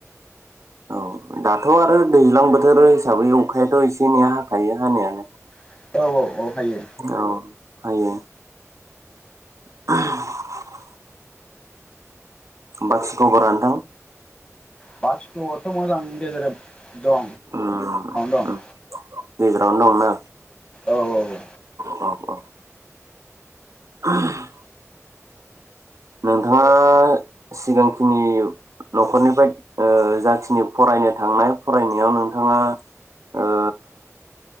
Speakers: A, on the right; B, on the left.
A: औ दाथ' आरो दैज्लां बोथोर हिसाबै अखायाथ' एसे एनेैया हाखायो। आनियानों।
B: औ औ औ। हायो
A: औ। आयो। <inaudible> बाखा खबरा नोथां
B: बाथि <unintelligible> दं गेजेरावनो
A: उम
B: दं।
A: उम गेजेरावनो दंना
B: औ औ औ
A: औ औ <unintelligible> नोंथाङा सिगांखिनि नखरनिफ्राय ओ जाखिनि फरायनो थांनाय फरायनायाव नोंथाङा ओ,